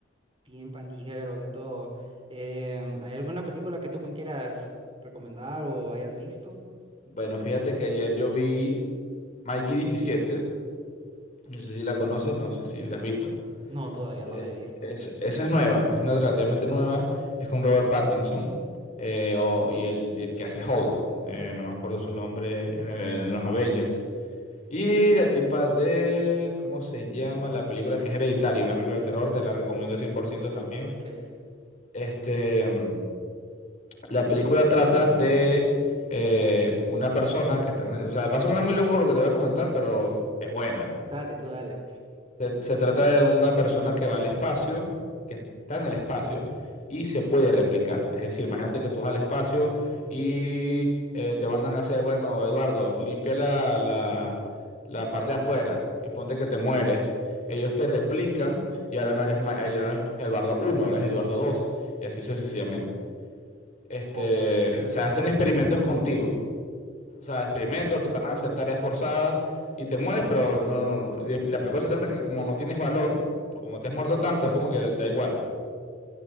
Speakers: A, on the right; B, on the left.
A: bien pandillero y todo. Em, ¿hay alguna película que tú me quieras recomendar o hayas visto?
B: bueno, fíjate que ayer yo vi Mikey 17. no sé si la conoces, no sé si la has visto.
A: No, todavía no
B: Eh,
A: la he visto.
B: Es- esa es nueva, es una relativamente nueva, es con Robert Pattinson eh, o- y, el, y el que hace Hulk, eh, no me acuerdo su nombre en, el- en los Avengers. Y la tipa de, ¿cómo se llama? La película que es Hereditario, una película de terror, te la recomiendo 100% también.
A: Ok,
B: Este, mm, la película trata de eh, una persona que está, en- o sea, va a sonar muy loco lo que te voy a comentar, pero es buena.
A: dale, tú dale.
B: Se, se trata de una persona que va al espacio, que está en el espacio y se puede replicar. Es decir, imagínate que tú vas al espacio y eh, te mandan a hacer, bueno, Eduardo, limpia la, la, la parte de afuera y ponte que te mueres. Ellos te replican y ahora no eres, ma- eh, ya no eres Eduardo uno ahora eres Eduardo 2 y así sucesivamente. Este,
A: O,
B: se hacen experimentos contigo. O sea, experimentos, te van a hacer tareas forzadas y te mueres, pero no, de- la película se trata que como no tienes valor, pues como te has muerto tanto, es como que da igual.